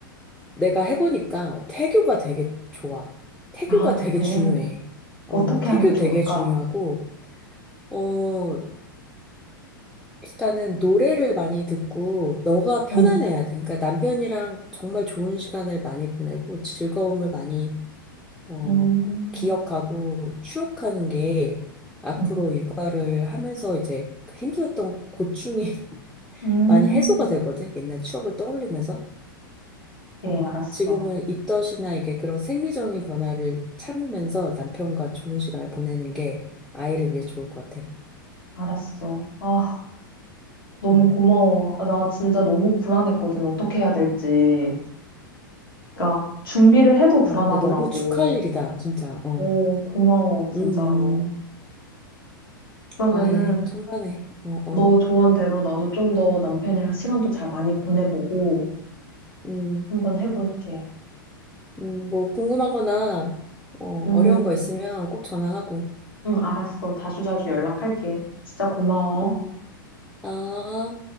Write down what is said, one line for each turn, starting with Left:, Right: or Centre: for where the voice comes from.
Centre: 내가 해보니까 태교가 되게 좋아. 태교가
Left: 아
Centre: 되게
Left: 그래.
Centre: 중요해. 어,
Left: 어떻게
Centre: 태교
Left: 하는 게 좋을까?
Centre: 되게 중요하고, 어, 일단은 노래를 많이 듣고 너가 편안해야
Left: 음,
Centre: 돼. 그러니까 남편이랑 정말 좋은 시간을 많이 보내고 즐거움을 많이 어,
Left: 음,
Centre: 기억하고 추억하는 게 앞으로
Left: 음,
Centre: 육아를 하면서 이제 그 힘들었던 고충이 <laughs>
Left: 음.
Centre: 많이 해소가 되거든. 옛날 추억을 떠올리면서.
Left: 예,
Centre: 어,
Left: 알았어.
Centre: 지금은 입덧이나 이게 그런 생리적인 변화를 참으면서 남편과 좋은 시간을 보내는 게 아이를 위해 좋을 것 같아.
Left: 알았어. 아, 너무
Centre: 음.
Left: 고마워. 아, 나 진짜 너무 불안했거든. 어떻게 해야 될지. 그러니까 준비를 해도 불안하더라고.
Centre: 어, 근데 너무 축하할 일이다, 진짜. 어.
Left: 오, 고마워, 진짜로.
Centre: 음, 음.
Left: 그러면은
Centre: 아이, 천만에. 어,
Left: 너
Centre: 어.
Left: 조언대로 나도 좀 더 남편이랑 시간도 잘 많이 보내보고
Centre: 음,
Left: 한번 해볼게.
Centre: 음, 뭐 궁금하거나 어,
Left: 응
Centre: 어려운 거 있으면 꼭 전화하고.
Left: 응, 알았어. 자주자주 연락할게. 진짜 고마워.
Centre: 음. 아,